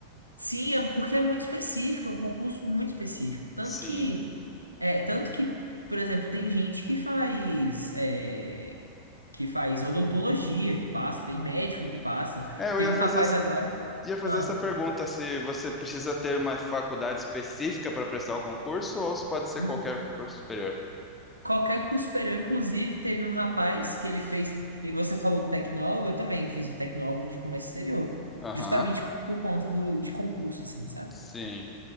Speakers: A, on the right; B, on the left.
A: Sim, é, porque é muito específico, é um concurso muito específico. Tanto
B: Sim.
A: que, é, tanto que, por exemplo, tem gente que faz, é, que faz odontologia que passa, tem médico que passa.
B: É, eu
A: Teve
B: ia fazer,
A: um rapaz
B: as-
A: agora.
B: ia fazer
A: Ah,
B: essa pergunta, se você precisa ter uma faculdade específica para prestar o concurso ou se pode ser
A: n-
B: qualquer curso superior.
A: qualquer curso superior, inclusive, teve um rapaz que ele fez. E você falou do tecnólogo, eu também fiz um tecnólogo de comércio exterior.
B: Aham,
A: Justamente por conta do, de concurso, assim, sabe?
B: Sim.